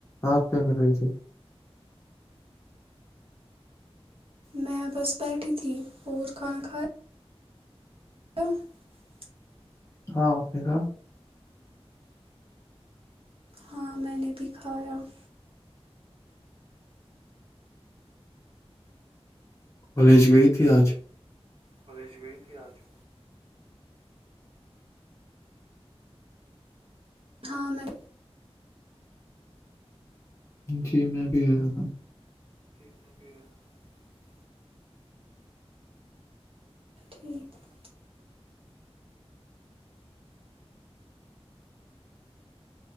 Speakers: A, on the left; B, on the right.
A: آپ کیا کر رہی تھی <inaudible>
B: میں بس بیٹھی تھی اور کھانا کھایا <inaudible> <inaudible>
A: ہاں او کا <inaudible>
B: ہاں میں نے بھی کھایا <inaudible>
A: کالج گئی تھی آج <unintelligible>
B: کالج گئی تھی آج <unintelligible> ہاں میں
A: جی میں بھی رہا تھا <unintelligible>
B: ج پ <unintelligible> ٹھیک <unintelligible>